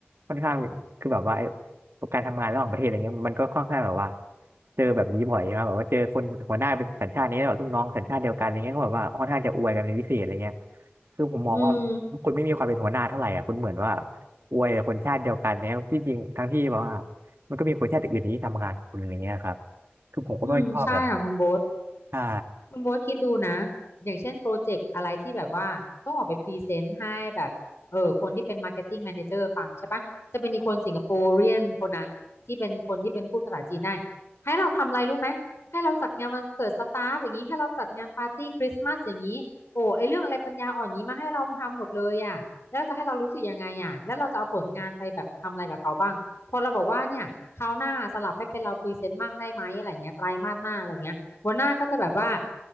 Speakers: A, on the right; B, on the left.
A: ค่อนข้างคือแบบว่าไอ้การทำงานระหว่างประเทศอะไรเงี้ยมันก็ค่อนข้างแบบว่าเจอแบบนี้บ่อยครับแบบว่าเจอคนหัวหน้าเป็นสัญชาตินี้แล้วแบบลูกน้องสัญชาติเดียวกันอะไรเงี้ยก็แบบว่าค่อนข้างจะอวยกันในพิเศษอะไรเงี้ย คือผมมองว่า
B: ๆอืม
A: คุณไม่มีความเป็นหัวหน้าเท่าไหร่อ่ะคุณเหมือนว่าอวยคนชาติเดียวกันเนี่ยที่จริงทั้งที่แบบว่ามันก็มีคนชาติอื่นที่ทำงานคุณอย่างเงี้ยครับคือผมก็ไม่ชอบแบบนั้น
B: อืมใช่ค่ะคุณโบ๊ท
A: ใช่
B: คุณโบ๊ทคิดดูนะอย่างเช่นโปรเจกต์อะไรที่แบบว่าต้องออกไปพรีเซนต์ให้แบบเออคนที่เป็นมาร์เก็ตติ้งแม e r เจอร์ฟังใช่ปะจะเป็นอีกคนสิงคโปร์เรียนคนนั้นที่เป็นคนที่เป็นพูดภาษาจีนได้ให้เราทำอะไรรู้ไหมให้เราจัดงานวันเกิดสตาฟอย่างนี้ให้เราจัดงานปาร์ตี้คริสต์มาสอย่างนี้โอ้ไอเรื่องอะไรปัญญาอ่อนอย่างนี้มาให้เราทำหมดเลยอ่ะแล้วจะให้เรารู้สึกยังไงอ่ะแล้วเราจะเอาผลงานไปแบบทำอะไรกับเขาบ้างพอเราบอกว่าเนี่ยคราวหน้าสลับให้เป็นเราพรีเซนต์บ้างได้ไหมอะไรเงี้ยไตรมาสหน้าอะไรเงี้ย หัวหน้าก็จะแบบว่า